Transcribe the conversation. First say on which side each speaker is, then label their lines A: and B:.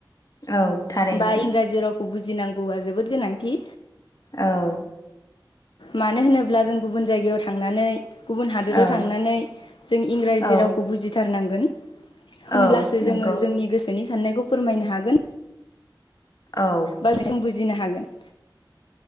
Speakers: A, on the left (about 45°); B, on the left (about 75°).
A: औ थारैनो
B: बा इंराजि रावखौ बुजि बुजिनांगौआ जोबोद गोनांथि।
A: औ
B: मानो होनोब्ला जों गुबुन जायगायाव थांनानै गुबुन हादोराव
A: औ
B: थांनानै जों इंराजि
A: औ
B: रावखौ बुजिथारनांगोन। होमब्लासो
A: औ
B: जोङो
A: नंगौ
B: जोंनि गोसोनि साननाय। खौ फोरमायनो हागोन
A: औ
B: बा जों बुजिनो हागोन